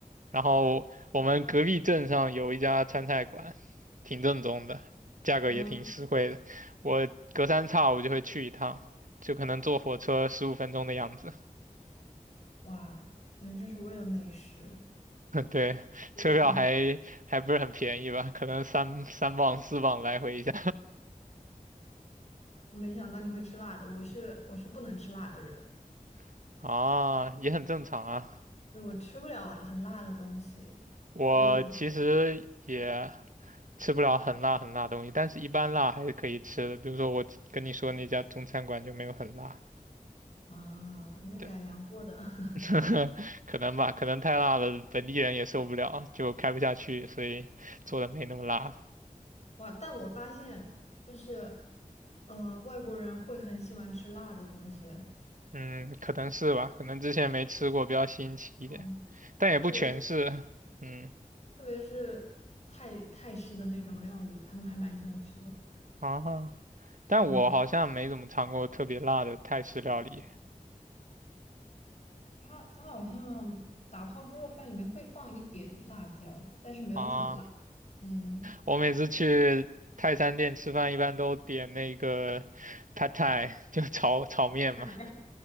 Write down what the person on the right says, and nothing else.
然后我们隔壁镇上有一家川菜馆，挺正宗的，价格也挺实惠的。
我隔三差五就会去一趟，就可能坐火车十五分钟的样子。
<laughs> 对，
车票还还不是很便宜吧？可能三三磅四磅来回一下
<laughs> 啊，也很正常啊。
我其实也
吃不了很辣很辣的东西，但是一般辣还是可以吃的。比如说我跟你说那家中餐馆就没有很辣，
对，
<laughs> 可能吧，可能太辣了，本地人也受不了，就开不下去，所以做的没那么辣了
嗯，可能是吧，可能之前没吃过，比较新奇一点，
但也不全是。
嗯
啊，但我好像没怎么尝过特别辣的泰式料理
啊。
我每次去泰餐店吃饭，一般都点那个 p a t a i <laughs> 就炒炒面嘛